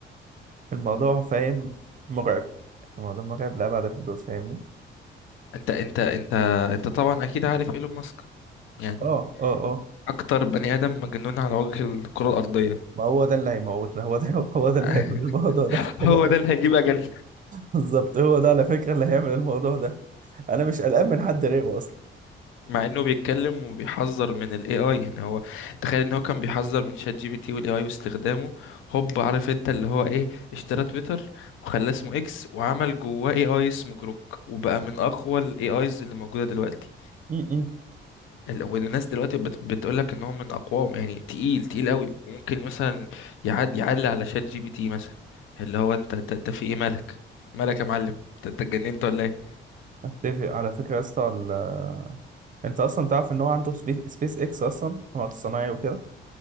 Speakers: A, on the right; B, on the left.
A: فالموضوع فاهم مرعب الموضوع مرعب لأبعد الحدود فاهمني
B: انت انت انت انت طبعا اكيد عارف ايلون ماسك يعني
A: اه اه اه
B: اكتر بني ادم مجنون على وجه الكرة الارضية
A: ما هو ده اللي هيموتنا هو ده هو ده
B: <laughs>
A: اللي هيعمل الموضوع ده <laughs> خلي
B: هو
A: بالك.
B: ده اللي هيجيب اجل
A: بالظبط هو ده على فكرة اللي هيعمل الموضوع ده انا مش قلقان من حد غيره
B: مع انه بيتكلم وبيحذر من الاي اي يعني هو تخيل ان هو كان بيحذر من شات جي بي تي والاي اي واستخدامه هوب عارف انت اللي هو ايه اشترى تويتر وخلاه اسمه اكس وعمل جواه اي اي اسمه جروك وبقى من اقوى الاي ايز اللي موجوده دلوقتي
A: اصلا
B: ال- والناس دلوقتي بت بتقول لك ان هو من اقواهم يعني تقيل تقيل قوي وممكن مثلا يعد يعلي على شات جي بي تي مثلا اللي هو انت انت, انت في ايه مالك مالك يا معلم انت انت اتجننت ولا ايه
A: اتفق على فكرة يا اسطى ال- انت اصلا تعرف ان هو عنده سبي- سبيس اكس اصلا قمر صناعي وكده